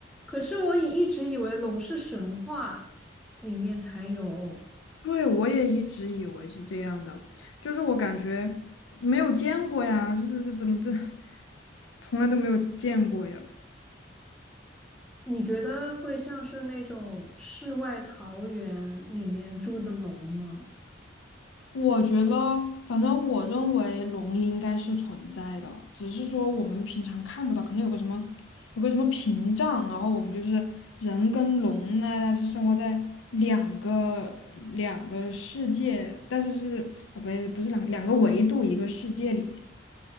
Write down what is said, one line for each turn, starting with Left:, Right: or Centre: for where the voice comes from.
Centre: 可是我以一直以为龙是神话里面才有。
Left: 对，我也一直以为是这样的，就是我感觉没有见过呀，就是这怎么这从来都没有见过呀。
Centre: 你觉得会像是那种世外桃源里面住的龙吗？
Left: 我觉得，反正我认为龙应该是存在的，只是说我们平常看不到，可能有个什么，有个什么屏障，然后我们就是人跟龙呢，它是生活在两个两个世界，但是是啊，不不是两两个维度一个世界里。